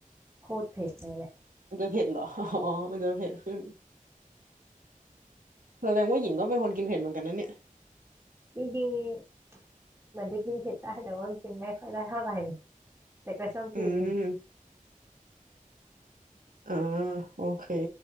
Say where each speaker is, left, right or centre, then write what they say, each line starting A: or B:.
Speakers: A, on the right; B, on the right.
A: โคตรเผ็ดเลยแหละ
B: มันจะเผ็ดเหรอ <laughs> อ๋อมันจะเผ็ดขึ้นแสดงว่าหญิงก็เป็นคนกินเผ็ดเหมือนกันนะเนี่ย
A: จริงๆเหมือนจะกินเผ็ดได้แต่ว่ากินไม่ค่อยได้เท่าไหร่แต่ก็ชอบกิน
B: อืมอ่าโอเค